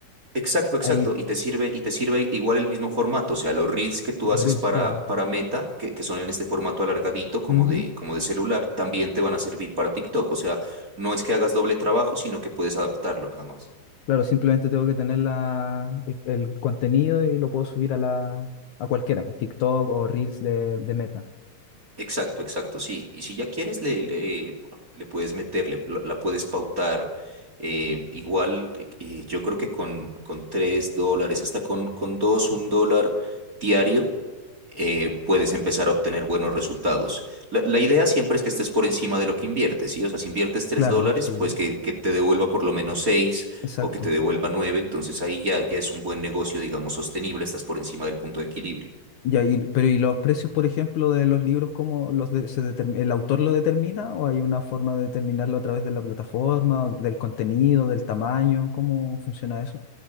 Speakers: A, on the right; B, on the left.
A: Exacto, exacto.
B: ahí
A: Y te sirve, y te sirve igual el mismo formato. O sea, los reels que tú
B: Reels,
A: haces para,
B: claro.
A: para Meta, que, que son en este formato alargadito como
B: Ujú.
A: de, como de celular, también te van a servir para TikTok. O sea, no es que hagas doble trabajo, sino que puedes adaptarlo nada más.
B: Claro, simplemente tengo que tener la, el, el contenido y lo puedo subir a la a cualquiera, pues, TikTok o Reels de, de Meta.
A: Exacto, exacto, sí. Y si ya quieres, le, le, le puedes meter, le- la la puedes pautar. eh, igual, eh, yo creo que con, con 3 dólares, hasta con, con dos, un dólar diario, eh, puedes empezar a obtener buenos resultados. La, la idea siempre es que estés por encima de lo que inviertes, ¿sí? O sea, si inviertes tres
B: Claro,
A: dólares,
B: sí,
A: pues que, que te devuelva por lo menos 6
B: exacto.
A: o que te devuelva 9. Entonces ahí ya, ya es un buen negocio, digamos, sostenible, estás por encima del punto de equilibrio.
B: Ya, y- pero ¿y los precios, por ejemplo, de los libros, cómo los de- se determ- el autor lo determina o hay una forma de determinarlo a través de la plataforma, del contenido, del tamaño? ¿Cómo funciona eso?